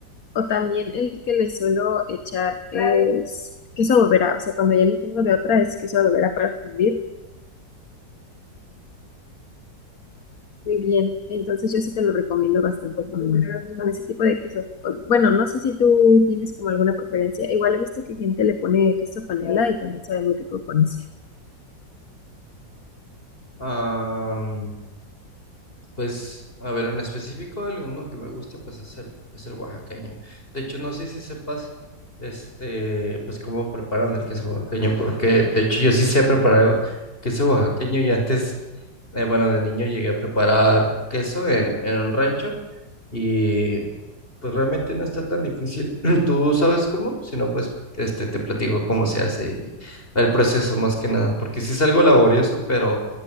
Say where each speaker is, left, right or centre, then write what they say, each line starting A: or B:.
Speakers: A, on the left; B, on the left.
A: O también el que le suelo echar es queso bobera, o sea, cuando ya no tengo de otra es queso bobera para fundir. Muy bien, entonces yo sí te lo recomiendo bastante con, con ese tipo de queso. O- Bueno, no sé si tú tienes como alguna preferencia. Igual he visto que gente le pone queso panela y también sabe muy rico con eso.
B: Am, pues, a ver, en específico, el uno que me gusta, pues es el, es el oaxaqueño. De hecho, no sé si sepas, este, pues cómo preparan el queso oaxaqueño, porque de hecho yo sí sé preparar queso oaxaqueño y antes, eh, bueno, de niño llegué a preparar queso en, en un rancho y pues realmente no está tan difícil. <clears throat> ¿Tú sabes cómo? Si no, pues, este, te platico cómo se hace y el proceso más que nada, porque sí es algo laborioso, pero...